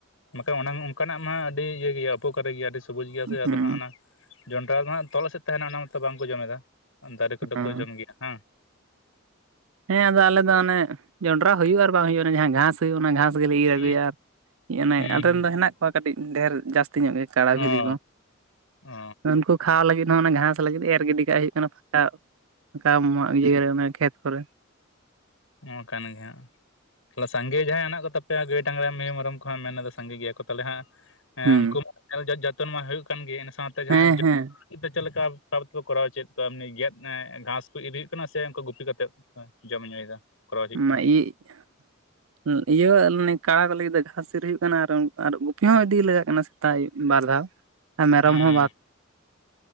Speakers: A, on the left; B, on the right.
A: ᱵᱟᱠᱷᱟᱱ ᱚᱱᱟ ᱚᱱᱠᱟᱱᱟᱜ ᱢᱟ ᱟᱹᱰᱤ ᱤᱭᱟᱹ ᱜᱮᱭᱟ ᱩᱯᱚᱠᱟᱨᱮ ᱜᱮᱭᱟ᱾ ᱟᱹᱰᱤ ᱥᱚᱵᱩᱡᱽ ᱜᱮᱭᱟ ᱥᱮ ᱟᱫᱚ
B: ᱦᱩᱸ
A: ᱦᱟᱸᱜ᱾ ᱚᱱᱟ ᱡᱚᱱᱰᱨᱟ ᱫᱚ ᱦᱟᱸᱜ ᱛᱚᱞᱚ ᱥᱮᱫ ᱛᱟᱦᱮᱱᱟ᱾ ᱚᱱᱟ ᱢᱟᱛᱚ ᱵᱟᱝ ᱠᱚ ᱡᱚᱢᱮᱫᱟ᱾ ᱫᱟᱨᱮ ᱠᱚᱫᱚ
B: ᱦᱮᱸ
A: ᱠᱚ ᱡᱚᱢ ᱜᱮᱭᱟ ᱦᱮᱸ᱾
B: ᱦᱮᱸ ᱟᱫᱚ ᱟᱞᱮ ᱫᱚ ᱚᱱᱮ ᱡᱚᱱᱰᱨᱟ ᱦᱩᱭᱩᱜᱼᱟ ᱟᱨ ᱵᱟᱝ ᱦᱩᱭᱩᱜᱼᱟ᱾ ᱡᱟᱦᱟᱸ ᱜᱷᱟᱥ ᱦᱩᱭᱩᱜ ᱚᱱᱟ ᱜᱷᱟᱥ ᱜᱮᱞᱮ ᱤᱨ
A: ᱦᱩᱸ
B: ᱟᱹᱜᱩᱭᱟ ᱚᱱᱮ
A: ᱦᱩᱸ
B: ᱟᱞᱮᱨᱮᱱ
A: ᱦᱩᱸ
B: ᱫᱚ ᱦᱮᱱᱟᱜ ᱠᱚᱣᱟ ᱠᱟᱹᱴᱤᱡ ᱰᱷᱮᱨ ᱡᱟᱹᱥᱛᱤ ᱧᱚᱜ ᱜᱮ ᱠᱟᱲᱟ ᱵᱷᱤᱨᱤ
A: ᱚ
B: ᱠᱚ
A: ᱚ
B: ᱩᱱᱠᱩ ᱠᱷᱟᱣᱟᱣ ᱞᱟᱹᱜᱤᱫ ᱦᱚᱸ ᱚᱱᱟ ᱜᱷᱟᱸᱥ ᱞᱟᱹᱜᱤᱫ ᱮ ᱜᱤᱰᱤ ᱠᱟᱜ ᱦᱩᱭᱩᱜ ᱠᱟᱱᱟ ᱯᱷᱟᱸᱠᱟ ᱯᱷᱟᱸᱠᱟ ᱢᱟᱜ ᱤᱭᱟᱹ ᱨᱮ ᱠᱷᱮᱛ ᱠᱚᱨᱮ
A: ᱱᱚ ᱠᱟᱱ ᱜᱮ ᱦᱟᱸᱜ ᱛᱟᱦᱮ ᱥᱟᱸᱜᱮ ᱡᱟᱦᱟᱸᱭ ᱦᱮᱱᱟᱜ ᱠᱚᱛᱟᱯᱮᱭᱟ ᱜᱟᱹᱭ ᱰᱟᱝᱨᱟ ᱢᱤᱦᱩ ᱢᱮᱨᱚᱢ ᱠᱚᱦᱟᱸᱜ ᱢᱮᱱᱮᱫᱟ ᱥᱟᱸᱜᱮ ᱜᱮᱭᱟ ᱠᱚ ᱛᱟᱦᱚᱞᱮ ᱦᱟᱸᱜ
B: ᱦᱩᱸ
A: ᱩᱱᱠᱩ ᱢᱟ ᱧᱮᱞ ᱡᱚᱜ ᱡᱚᱛᱚᱱ ᱢᱟ ᱦᱩᱭᱩᱜ ᱠᱟᱱ ᱜᱮ ᱤᱱᱟᱹ ᱥᱟᱶᱛᱮ ᱡᱟᱦᱟᱸ
B: ᱦᱮᱸ ᱦᱮᱸ
A: ᱪᱮᱫ ᱞᱮᱠᱟ ᱵᱷᱟᱵ ᱛᱮᱠᱚ ᱠᱚᱨᱟᱣ ᱦᱚᱪᱚᱭᱮᱫ ᱠᱚᱣᱟ ᱮᱢᱱᱤ ᱜᱮᱫ ᱜᱷᱟᱸᱥ ᱠᱚ ᱤᱨ ᱦᱩᱭᱩᱜ ᱠᱟᱱᱟ ᱥᱮ ᱜᱩᱯᱤ ᱠᱟᱛᱮᱫ ᱡᱚᱢ ᱧᱩᱭᱮᱫᱟ ᱠᱚᱨᱟᱣ ᱦᱚᱪᱚᱭᱮᱫ
B: <unintelligible>
A: ᱠᱟᱱᱟ
B: ᱤᱭᱟᱹᱮ ᱠᱟᱲ ᱠᱚ ᱞᱟᱹᱜᱤᱫ ᱫᱚ ᱜᱷᱟᱥ ᱤᱨ ᱦᱩᱭᱩᱜ ᱠᱟᱱᱟ ᱟᱨ ᱟᱨ ᱜᱩᱯᱤ ᱦᱚᱸ ᱤᱫᱤ ᱞᱟᱜᱟᱜ ᱠᱟᱱᱟ ᱥᱮᱛᱟᱜ ᱟᱹᱩᱵ ᱵᱟᱨ ᱫᱷᱟᱣ ᱟᱨ ᱢᱮᱨᱚᱢ
A: ᱦᱩᱸ
B: ᱦᱚᱸ ᱵᱟᱨ